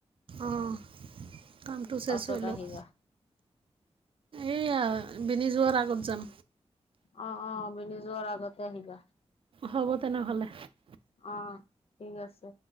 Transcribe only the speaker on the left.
পাছত
আহিবা।
অ অ, বিনি যোৱাৰ আগতে আহিবা।
অ ঠিক আছে।